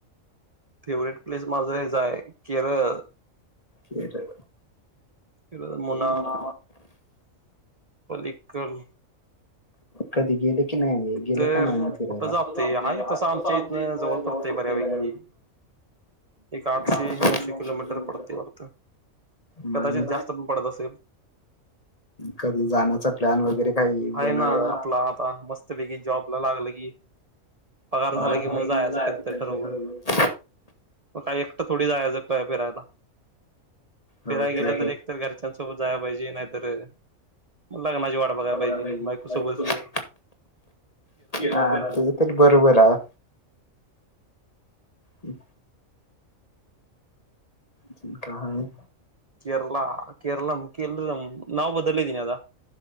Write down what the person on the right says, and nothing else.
फेवरेट प्लेस माझा हचाय केरळ.
म.
पलीकल
तर
कुठं जापते
आहे तसं आमच्या
इथनं
जवळ पडतंय बऱ्यापैकी
एक आठशे
पडते वाटतं
कदाचित जास्त पण पडत असेल
आहे
ना आपला आता मस्तपैकी जॉब ला लागलं की. पगार झाला
की
मग जायचं
कधीतरी ठरवून मग काही एकटं थोडी जायचं फिरायला
फिरायला
गेलं तर एकत घर. घरच्या सो बत जायला पाहिजे नाही तरर लग्नाची वाट बघाय पाहिजे
बायकोसोबत.
केरला केरलाम केरम नाव बदलदिन अता.